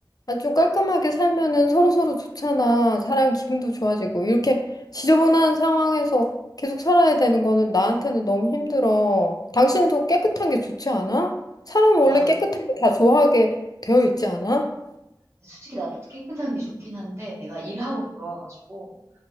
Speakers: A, on the left; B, on the right.
A: 아, 좀 깔끔하게 살면은 서로서로 좋잖아. 사람 기분도 좋아지고. 이렇게 지저분한 상황에서 계속 살아야 되는 거는 나한테는 너무 힘들어. 당신도 깨끗한 게 좋지 않아? 사람은 원래
B: 와,
A: 깨끗한 거 다 좋아하게 되어 있지 않아?
B: 솔직히 나도 깨끗한 게 좋긴 한데, 내가 일하고 들어와가지고,